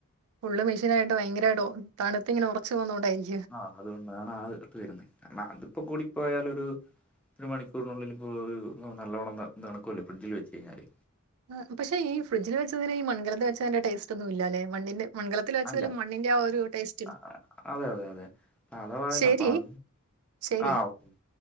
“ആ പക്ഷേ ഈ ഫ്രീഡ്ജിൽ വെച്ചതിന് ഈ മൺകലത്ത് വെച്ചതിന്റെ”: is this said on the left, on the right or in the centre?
Right